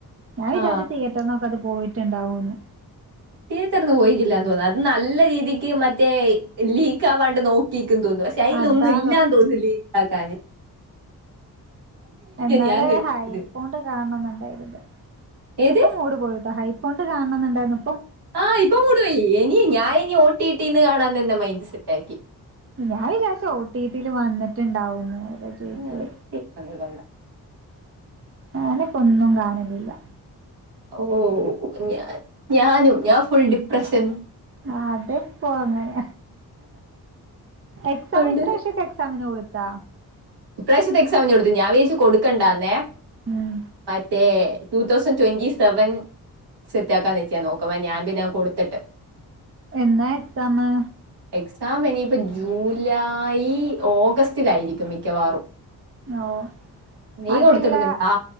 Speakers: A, on the right; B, on the right.
A: ഞാൻ വിചാരിച്ചു
B: ആ
A: തിയേറ്റർന്നൊക്കത് പോയ്ട്ട്ണ്ടാവുന്ന്.
B: ടീച്ചർന്ന് പോയ്ക്കില്ലന്ന് തോന്നു അത് ന്നല്ല രീതിക്ക് മറ്റേ ലീക്ക് ആവാണ്ട് ന്നോക്കിക്ക്ന്ന് തോന്നു പഷ് സ്റ്റൈലോന്നു
A: അതാ
B: ഇല്ലാന്ന് തോന്ന് ലിക്കാക്കാന്.
A: ഇന്നലെ
B: ഞാൻ കേട്ടത്
A: ഹൈപ്പോണ്ട് കാണംന്ന്ണ്ടായ്ര്ന്നു.
B: ഏത്
A: ശെ ഇപ്പം മൂഡ് പോയിട്ടോ ഹൈപ്പോണ്ട് കാണണംന്ന്ണ്ടായ്ന്നു.
B: ആഹ് ഇപ്പം മൂഡ് പോയി എനി ഞാന് ഇനി ഓട്ടിട്ടീന്ന് കാണാന്ന് എന്റെ മൈൻഡ് സെറ്റാക്കി.
A: ഞാൻ വിജാരിച് ഓ ടി ടിൽ വന്ന്ട്ട്ണ്ടാവുന്ന് അതാ ചോയിച്ചേ.
B: ഞാൻ ഒ ടി ടി വന്നത് കൊള്ളാം.
A: ഞാന് പ്പൊന്നും കാണലില്ല.
B: ഓഹ് ഞാൻ ഞാനും ഞാൻ ഫുൾ ഡിപ്രഷൻ.
A: ആഹ് അത്പ്പോ അങ്ങനെ എക്സാം
B: അതുകൊണ്ട്
A: ഇപ്രവ്ശ്യക്കെ എക്സാമിന് കൊട്‌ ത്താ
B: ഇപ്രാവശ്യത്തെ എക്സാമിന് കൊട്ത്ത് ഞാൻ വിച്ചരിച് കൊട്ക്കണ്ടാന്നേ
A: ഉം
B: മറ്റേ. റ്റുതൗസൻ ട്വന്റി സെവൻ സെറ്റ് ആക്കാന്ന് വെച്ച്ഞാൻ ന്നോക്കും ഞാൻ പിന്നെ കൊട്ത്ത്ട്ട്.
A: എന്നാ എക്സാമ്?
B: എക്സാം എനിയിപ്പോ ജൂലായി ഓഗസ്റ്റിലായിര്ക്കും മിക്കവാറും.
A: ഓഹ്
B: നീ
A: അതെല്ലാ.
B: കൊടുത്തിടുന്നുണ്ടാ